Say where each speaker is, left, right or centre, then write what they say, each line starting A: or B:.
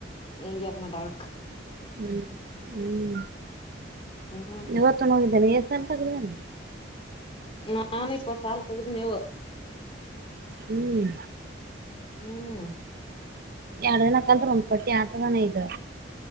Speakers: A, on the left (about 30°); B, on the right (about 50°).
A: ಹೆಂಗ ಯಾಕ್ ಮಾಡಟಳಕ್
B: ಹ್ಮ್ ಹ್ಮ್
A: ಹ್ಮ್
B: ಇವತ್ತ ಹೋಗಿದ್ದೇನೆ ಎ ಸಲ್ ತಗವೇನೆ
A: ನಾನ ಇಪ್ಪ ಸಾಲ ಪೆಗೆದು ನೀವು
B: ಹ್ಮ್
A: ಹ್ಮ್
B: ಎರಡ್ ದಿನಕಲ್್ರ ಒಂದ್ ಪಟ್ಟಿ ಆತದಾನ ಇದು